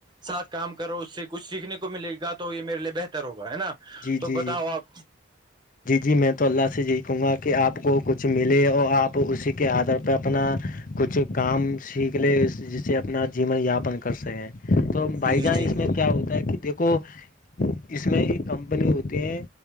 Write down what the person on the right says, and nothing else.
ساتھ کام کرو اس سے کچھ سیکھنے کو ملے گا تو یہ میرے لیے بہتر ہوگا ہے نا
تو
بتاؤ
آپ
جی
جی